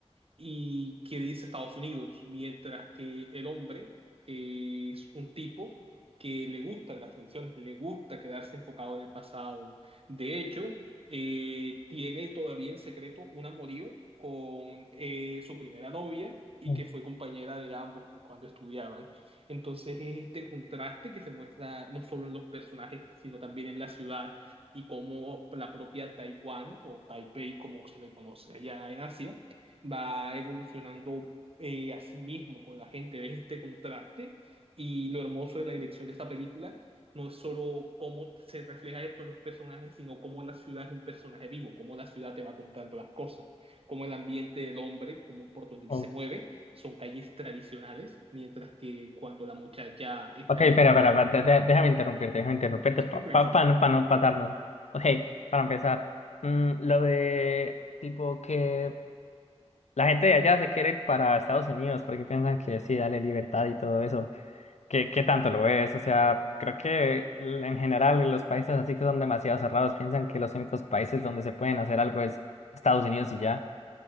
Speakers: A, on the right; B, on the left.
A: y quiere irse a Estados Unidos, mientras que el hombre eh, es un tipo que le gustan las tradiciones, le gusta quedarse enfocado en el pasado. De hecho, eh, tiene todavía en secreto un amorío con eh, su primera novia y
B: Ok,
A: que fue compañera de ambos cuando estudiaban. Entonces es este contraste que se muestra no solo en los personajes, sino también en la ciudad y cómo la propia Taiwán o Taipei, como se le conoce allá en Asia, va evolucionando eh, a sí mismo con la gente, ves este contraste y lo hermoso de la dirección de esta película no es solo cómo se refleja esto en los personajes, sino cómo la ciudad es un personaje vivo, cómo la ciudad te va contando las cosas, cómo el ambiente del hombre, cómo por donde
B: ok,
A: él se mueve, son calles tradicionales, mientras que cuando la muchacha está
B: Ok, espera,
A: en el foco
B: espera,
A: de la pantalla,
B: espera, de- de- déjame interrumpirte, déjame interrumpirte
A: <laughs>
B: para
A: tranquilo.
B: pa, pa- pa no, pa no patarnos. Ok, para empezar, mm, lo de tipo que la gente de allá se quiere ir para Estados Unidos porque piensan que sí, dale libertad y todo eso. ¿Qué, qué tanto lo es? O sea, creo que l- en general los países así que son demasiado cerrados piensan que los únicos países donde se pueden hacer algo es Estados Unidos y ya.